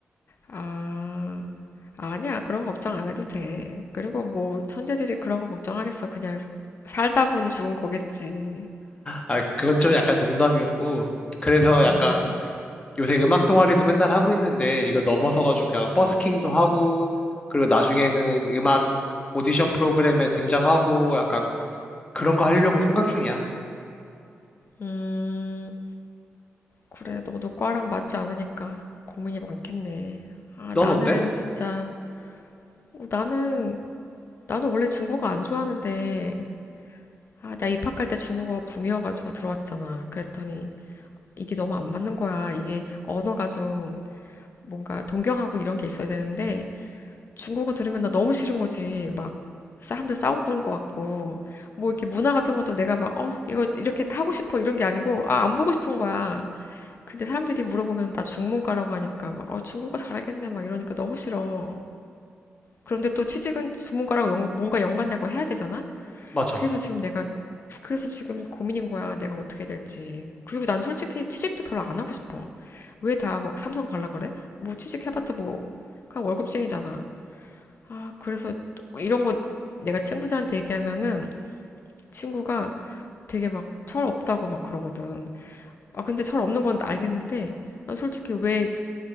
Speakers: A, on the left; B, on the left.
A: 아, 아니야. 그런 거 걱정 안 해도 돼. 그리고 뭐, 천재들이 그런 거 걱정하겠어. 그냥 살다 보니 죽은 거겠지.
B: 아, 그건 좀 약간 농담이었고. 그래서
A: 음,
B: 약간 요새 음악 동아리도 맨날 하고 있는데 이거 넘어서가지고 그냥 버스킹도 하고 그리고 나중에는 음악 오디션 프로그램에 등장하고 약간 그런 거 하려고 생각 중이야.
A: 음. 그래, 너도 과랑 맞지 않으니까 고민이 많겠네. 아,
B: 넌
A: 나는
B: 어때?
A: 진짜, 어, 나는, 나는 원래 중국어 안 좋아하는데, 아, 나 입학할 때 중국어 붐이어가지고 들어왔잖아. 그랬더니, 이게 너무 안 맞는 거야. 이게 언어가 좀, 뭔가 동경하고 이런 게 있어야 되는데 중국어 들으면 나 너무 싫은 거지. 막 사람들 싸우고 그런 것 같고 뭐 이렇게 문화 같은 것도 내가 막 어, 이거 이렇게 하고 싶어 이런 게 아니고 아, 안 보고 싶은 거야. 근데 사람들이 물어보면 나 중문과라고 하니까 막 어, 중국어 잘하겠네 막 이러니까 너무 싫어. 그런데 또 취직은 중문과랑 뭔가 연관되고 해야 되잖아?
B: 맞아.
A: 그래서 지금 내가 그래서 지금 고민인 거야. 내가 어떻게 해야 될지. 그리고 난 솔직히 취직도 별로 안 하고 싶어. 왜 다 막 삼성 갈라 그래? 뭐 취직해봤자 뭐 그냥 월급쟁이잖아. 아 그래서 이런 거 내가 친구들한테 얘기하면은 친구가 되게 막 철 없다고 막 그러거든. 아 근데 철 없는 건 알겠는데 아, 솔직히 왜